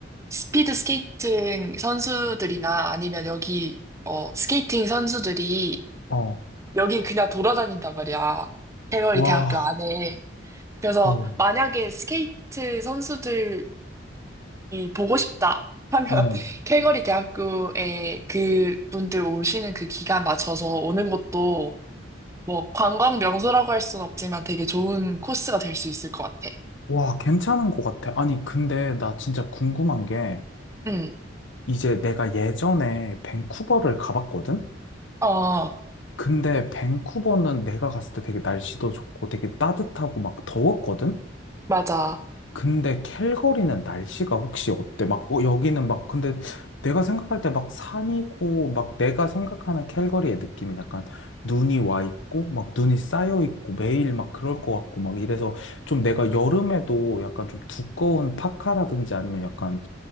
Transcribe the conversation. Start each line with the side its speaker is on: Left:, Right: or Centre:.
Right: 스피드 스케이팅 선수들이나 아니면 여기 어 스케이팅 선수들이
Left: 어.
Right: 여긴 그냥 돌아다닌단 말이야. 대거리
Left: 와,
Right: 대학교 안에. 그래서
Left: 어,
Right: 만약에 스케이트 선수들이 보고 싶다 하면 <laughs>
Left: 어.
Right: calgary 대학교에 그분들 오시는 그 기간 맞춰서 오는 것도 뭐 관광 명소라고 할 순 없지만 되게 좋은 코스가 될 수 있을 것 같아.
Left: 와, 괜찮은 것 같아. 아니, 근데 나 진짜 궁금한 게,
Right: 응.
Left: 이제 내가 예전에 밴쿠버를 가봤거든?
Right: 어,
Left: 근데 밴쿠버는 내가 갔을 때 되게 날씨도 좋고 되게 따뜻하고 막 더웠거든?
Right: 맞아.
Left: 근데 캘거리는 날씨가 혹시 어때? 막, 어, 여기는 막, 근데 내가 생각할 때 막 산이고, 막 내가 생각하는 캘거리의 느낌은 약간 눈이 와 있고, 막 눈이 쌓여 있고, 매일 막 그럴 것 같고, 막 이래서 좀 내가 여름에도 약간 좀 두꺼운 파카라든지 아니면 약간